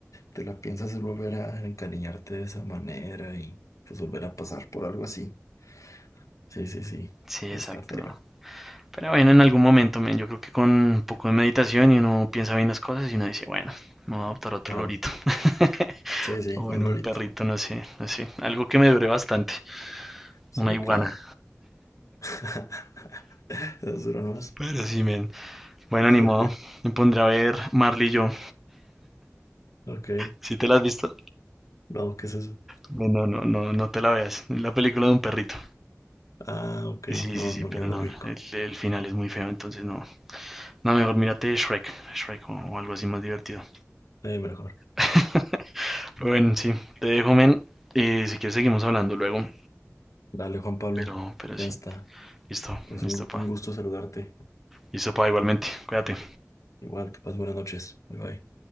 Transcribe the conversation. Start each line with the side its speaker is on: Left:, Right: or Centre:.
Left: te la piensas volver a encariñarte de esa manera y pues volver a pasar por algo así. Sí, sí, sí.
Centre: Sí,
Left: Está
Centre: exacto,
Left: feo.
Centre: no. Pero bueno, en algún momento, men, yo creo que con un poco de meditación y uno piensa bien las cosas y uno dice, bueno, me voy a adoptar otro
Left: Claro.
Centre: lorito. <laughs>
Left: Sí, sí,
Centre: O bueno,
Left: un lorito.
Centre: un perrito, no sé, no sé. Algo que me dure bastante.
Left: Sí,
Centre: Una iguana.
Left: claro. <laughs> ¿Esas duran más?
Centre: Pero sí, men. Bueno,
Left: <laughs>
Centre: ni modo. Me pondré a ver Marley y yo.
Left: Ok.
Centre: ¿Sí te la has visto?
Left: No, ¿qué es eso?
Centre: Bueno, no, no, no no te la veas. Es la película de un perrito.
Left: Ah, ok.
Centre: Sí,
Left: No,
Centre: sí, sí,
Left: no,
Centre: pero
Left: no lo
Centre: no.
Left: ubico.
Centre: El, el final es muy feo, entonces no. No, mejor mírate Shrek. Shrek o o algo así más divertido.
Left: Eh, mejor.
Centre: <laughs> Bueno, sí, te dejo, men. Eh, si quieres seguimos hablando luego,
Left: Dale, Juan Pablo.
Centre: pero, pero
Left: Ya
Centre: sí,
Left: está.
Centre: listo,
Left: Pues
Centre: listo,
Left: un,
Centre: pa.
Left: un gusto saludarte.
Centre: Listo, pa, igualmente. Cuídate.
Left: Igual, que pases buenas noches. Bye bye.